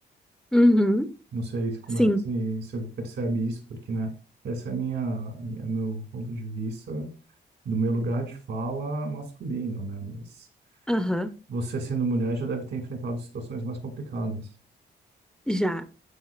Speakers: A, in the centre; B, on the right (about 70°).
A: uhum.
B: Não sei se- como
A: Sim,
B: é que se- você percebe isso, porque, né, essa é a minha, é meu ponto de vista do meu lugar de fala masculino, né? Mas
A: aham,
B: você sendo mulher já deve ter enfrentado situações mais complicadas.
A: já.